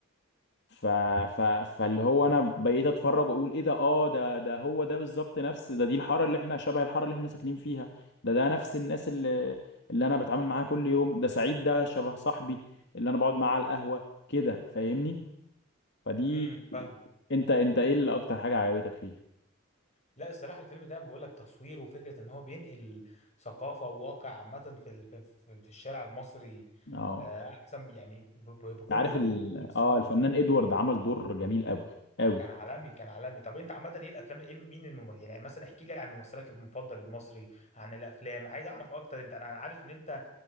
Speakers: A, on the left; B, on the left.
A: ف... ف... فاللي هو انا بقيت اتفرج واقول ايه ده اه ده ده هو ده بالظبط نفس ده دي الحاره اللي احنا شبه الحاره اللي احنا ساكنين فيها ده ده نفس الناس اللي اللي انا بتعامل معاها كل يوم ده سعيد ده شبه صاحبي اللي انا بقعد معاه على القهوه كده فاهمني فدي
B: امم فاهمك
A: انت انت ايه اللي اكتر حاجه عجبتك فيه
B: لا الصراحة الفيلم ده بقول لك تصوير وفكرة ان هو بينقل ثقافة وواقع عامة في ال- في في- في الشارع المصري
A: اه
B: آه، احسن يعني ب- ب- بكل
A: انت عارف
B: هدوء
A: ال...
B: وبكل سهولة
A: اه الفنان ادوارد عمل دور جميل قوي قوي
B: كان عالمي كان عالمي طب انت عامة ايه الافلام ايه مين الممثل يعني مثلا احكي لي عن ممثلك المفضل المصري عن الافلام عايز اعرف اكتر انت انا عارف ان انت